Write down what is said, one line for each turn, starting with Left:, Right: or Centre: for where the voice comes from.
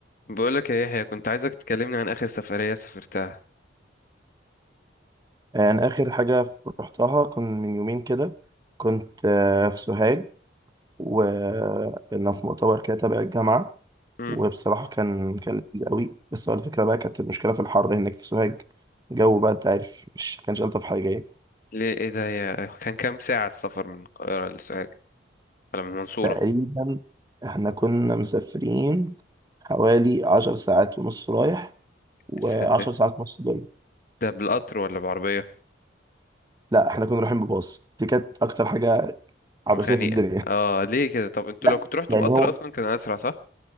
Left: بقولك يا يحيى كنت عايزك تكلمني عن آخر سفرية سافرتها
Right: يعني آخر حاجة رحتها كان من يومين كده كنت آه، في سوهاج وكنا في مؤتمر كده تبع الجامعة
Left: امم
Right: وبصراحة كان كان لذيذ قوي بس هو الفكرة بقى كانت المشكلة في الحر هناك في سوهاج الجو بقى أنت عارف مش كانش ألطف حاجة يعني
Left: ليه ايه ده يا كان كام ساعة السفر من القاهرة لسوهاج ولا من المنصورة
Right: تقريبا إحنا كنا مسافرين حوالي عشر ساعات ونص رايح وعشر
Left: لسوهاج
Right: ساعات ونص جاي
Left: ده بالقطر ولا بعربية
Right: لا إحنا كنا رايحين بباص دي كانت أكتر حاجة عبثية
Left: مخانيقة
Right: في الدنيا
Left: اه ليه كده طب انتوا
Right: لا
Left: لو كنتوا رحتوا
Right: يعني
Left: بقطر
Right: هو
Left: أصلا كان أسرع صح؟